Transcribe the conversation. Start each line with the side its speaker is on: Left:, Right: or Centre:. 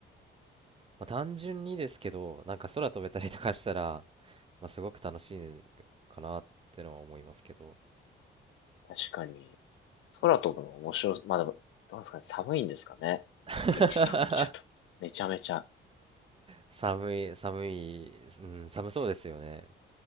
Right: まあ、単純にですけど、なんか空飛べたりとかしたら、まあ、すごく楽しいかなってのは思いますけど。
Left: 確かに、空飛ぶの面白い。まあでも、どうなんですかね。寒いんですかね。
Right: <laughs>
Left: 現実考えちゃうと。めちゃめちゃ。
Right: 寒い、寒い、うん、寒そうですよね。